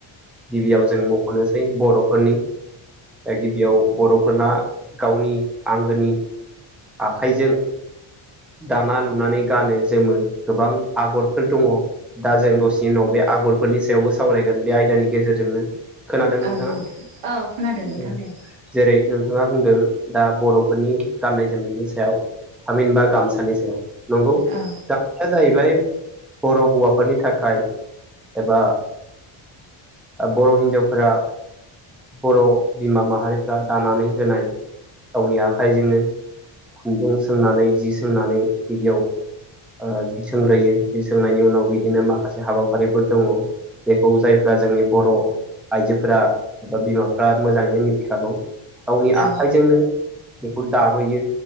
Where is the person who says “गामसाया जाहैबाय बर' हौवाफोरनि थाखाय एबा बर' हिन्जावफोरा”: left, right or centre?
Centre